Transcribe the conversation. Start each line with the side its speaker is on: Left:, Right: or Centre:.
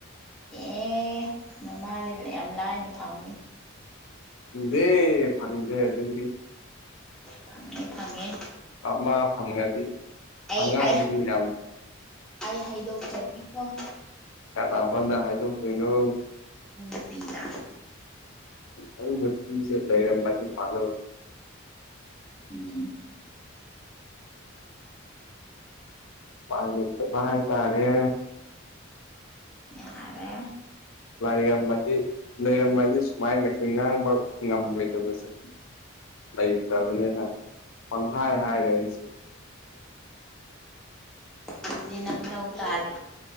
Centre: ꯑꯦ ꯃꯃꯥꯗꯤ ꯌꯥꯝ ꯂꯥꯏꯅ ꯐꯝꯅꯤ
Left: ꯗꯦ ꯐꯪꯗꯦ ꯑꯗꯨ ꯑꯗꯨꯗꯤ
Centre: ꯐꯪꯉꯦ ꯐꯪꯉꯦ
Left: ꯃꯥ ꯐꯪꯉꯗꯤ
Centre: ꯑꯩ
Left: ꯐꯪꯉꯥꯡꯗꯨ
Centre: ꯑꯩ
Left: ꯌꯥꯝ
Centre: ꯑꯩ ꯍꯥꯏꯗꯣꯛꯇꯦꯅꯤꯀꯣ
Left: ꯌꯥꯝ ꯇꯒꯣꯟꯗ ꯍꯥꯏꯗꯇꯣꯏꯅꯣ
Centre: ꯑ ꯄꯤꯔ
Left: ꯑ ꯃꯁꯦ ꯂꯩ ꯑ ꯃꯥꯗꯤ ꯃꯥꯅ
Centre: ꯎꯝ
Left: ꯑꯩꯗ ꯄ ꯀꯥꯏ ꯇꯔꯦ
Centre: ꯑꯔꯦ
Left: ꯂꯩꯥꯏꯔꯝꯃꯗꯤ ꯂꯩꯔꯝꯃꯗꯤ ꯁꯨꯃꯥꯏꯅ ꯉꯁ ꯉꯥꯡꯕ ꯉꯝꯂꯣꯏꯗꯕꯁꯠ ꯑꯩ ꯆꯥꯕꯅꯦ ꯄꯪꯍꯥꯏ ꯍꯥꯏꯔꯦꯁ
Centre: ꯑꯗꯨꯗꯤ ꯅꯪ ꯂꯧ ꯇꯥꯔꯦ